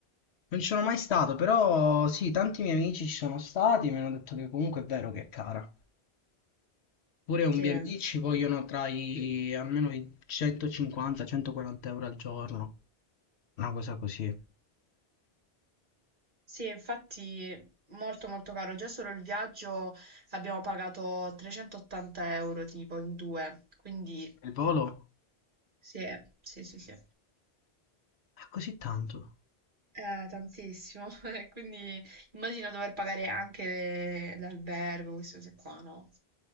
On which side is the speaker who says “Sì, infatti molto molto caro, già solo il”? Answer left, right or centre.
Right